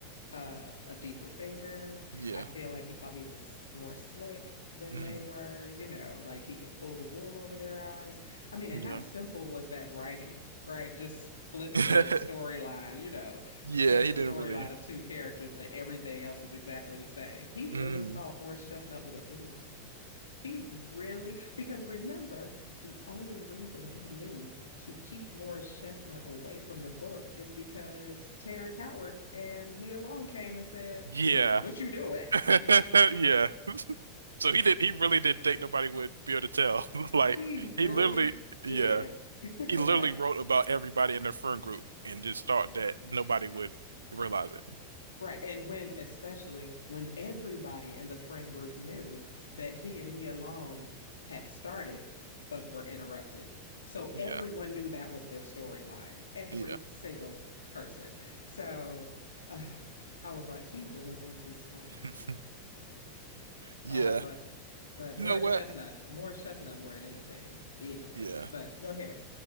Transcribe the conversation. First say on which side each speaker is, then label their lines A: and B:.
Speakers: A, on the left; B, on the right.
A: uh, a deeper thinker.
B: Yeah.
A: I feel like he thought he was more slick than
B: Mm.
A: they were, you know, like he could pull the wool over their eyes. I mean, and
B: Yeah.
A: how simple was that writing, right? Just flip
B: <laughs>
A: the storyline, you know,
B: Yeah,
A: flip
B: he
A: the storyline
B: didn't really.
A: of two characters, but everything else is exactly the same. He really
B: Mm.
A: thought Morris Chestnut was an idiot. He really, because remember, the only reason he knew to keep Morris Chestnut away from the book is because Terrence Howard and Nia Long came and said,
B: Yeah.
A: Dude, what you doing? <laughs>
B: <laughs> Yeah. So he did he really didn't think nobody would be able to tell. <laughs> Like
A: He really
B: he literally
A: did.
B: yeah.
A: <laughs>
B: He literally
A: Like,
B: wrote about everybody in their friend group and just thought that nobody would realize it.
A: Right. And when, especially when everybody in the friend group knew that he and Nia Long had started but were interrupted. So everyone
B: Yeah.
A: knew that was their storyline, every
B: Yeah.
A: single person. So uh, I was like, he really thinks he's smart.
B: <laughs> Yeah.
A: Uh, but but
B: You
A: Morris
B: know what?
A: Chestnut, Morris Chestnut more than anything. Ugh.
B: Yeah.
A: But go ahead.